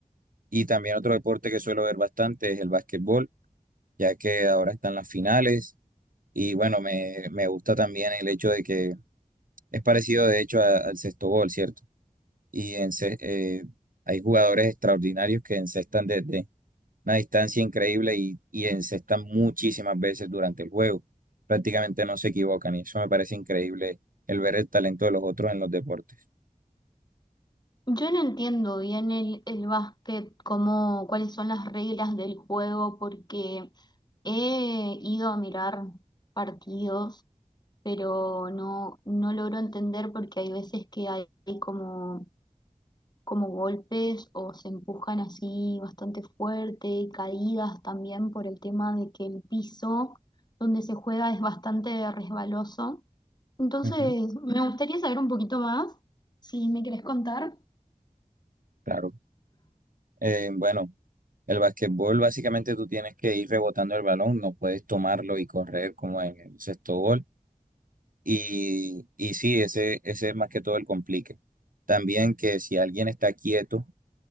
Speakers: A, on the right; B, on the left.
A: Y también otro deporte que suelo ver bastante es el básquetbol, ya que ahora están las finales. Y bueno, me, me gusta también el hecho de que es parecido de hecho a- al sexto gol, ¿cierto? Y en, ce- eh, hay jugadores extraordinarios que encestan desde una distancia increíble y, y encestan muchísimas veces durante el juego. Prácticamente no se equivocan y eso me parece increíble el ver el talento de los otros en los deportes.
B: Yo no entiendo bien el, el básquet, cómo, cuáles son las reglas del juego, porque he ido a mirar partidos, pero no, no logro entender porque hay veces que hay como como golpes o se empujan así bastante fuerte, caídas también por el tema de que el piso donde se juega es bastante resbaloso. Entonces,
A: Ujú.
B: me gustaría saber un poquito más, si me querés contar.
A: Claro. Eh, bueno. El basquetbol, básicamente tú tienes que ir rebotando el balón, no puedes tomarlo y correr como en el sexto gol. Y, y sí, ese, ese es más que todo el complique. También que si alguien está quieto,